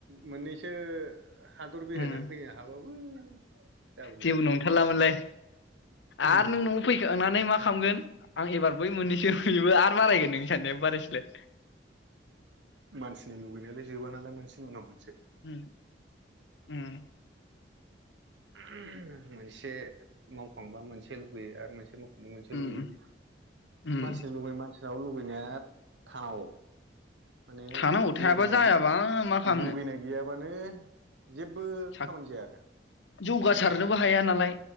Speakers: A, on the right; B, on the left.
A: मोननैसो हादर बेरायनानै
B: उम
A: फैनो हाबाबो जागौमोनलाय
B: जेबो नंथारलामोनलाय
A: उम
B: आरो नों न'आव फैखांनानै मा खामगोन? आं एबार बै मोननैसो बेबो आरो बारायगोन नोंनि साननायाबो बारायसैलाय
A: मानसिनि लुुबैनायालाय जोबा नालाय मोनसे नि उनाव मोनसे
B: उम उम
A: <unintelligible> मोनसे मावखांबा मोनसे लुबैयो आरो मोनसे माव मोनसे
B: उम
A: लुबैयो
B: उम
A: मानसिनि लुबै मानस नाव लुुबैनाया थानाव माने
B: थानांगौ थायाबा
A: लुगैनाय
B: जायाबा मा खालामनो
A: लुगैनाय गैयाबानो जेबो
B: सा
A: खामानि जायारा
B: जौगासारनोबो
A: माने
B: हाया नालाय